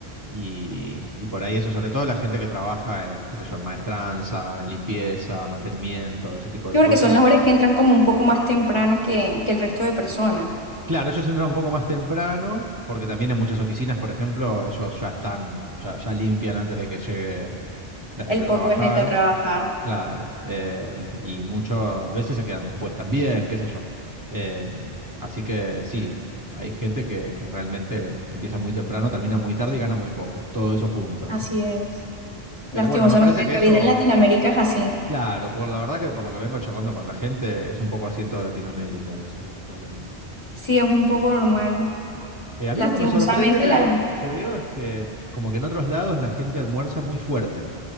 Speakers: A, on the right; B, on the left.
A: Y, y por ahí eso, sobre todo la gente que trabaja en, qué sé yo, en maestranza, en limpieza, mantenimiento, ese tipo de
B: Yo
A: cosas.
B: creo que son las horas que entran como un poco más temprano que, que el resto de personas.
A: Claro, ellos entran un poco más temprano, porque también en muchas oficinas, por ejemplo, ellos ya están, ya, ya limpian antes de que llegue la gente
B: el
A: a
B: poco
A: trabajar.
B: de gente a trabajar.
A: Claro, eh, y muchas veces se quedan después también, qué sé yo. Eh, así que sí, hay gente que, que realmente empieza muy temprano, termina muy tarde y gana muy poco, todo eso junto,
B: Así
A: ¿no?
B: es. Lastimosamente
A: Pero bueno, me parece que
B: la
A: eso,
B: vida en Latinoamérica es así.
A: claro, por la verdad que por lo que vengo charlando con la gente, es un poco así en toda Latinoamérica, eso, lamentablemente.
B: Sí, es un poco normal.
A: Eh, a mí
B: Lastimosamente
A: lo que me sorprende
B: la...
A: que veo es que como que en otros lados la gente almuerza muy fuerte.